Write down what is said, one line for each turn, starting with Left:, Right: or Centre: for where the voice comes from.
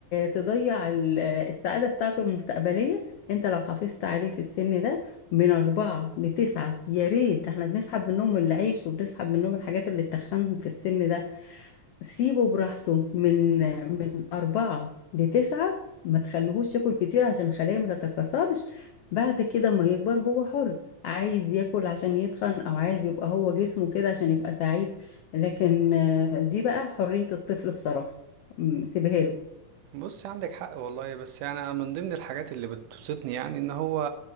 Left: تضيع ال- آه، السعادة بتاعته المستقبلية انت لو حافظت عليه في السن ده من أربعة لتسعة يا ريت ده احنا بنسحب منهم العيش وبنسحب منهم الحاجات اللي تخنهم في السن ده سيبه براحته من من أربعة لتسعة ما تخليهوش ياكل كتير عشان الخلية ما تتكاثرش بعد كده ما يكبر هو حر عايز ياكل عشان يتخن أو عايز يبقى هو جسمه كده عشان يبقى سعيد لكن آه، دي بقى حرية الطفل بصراحة م، سيبها له
Right: بص عندك حق والله بس يعني انا من ضمن الحاجات اللي بتبسطني يعني ان هو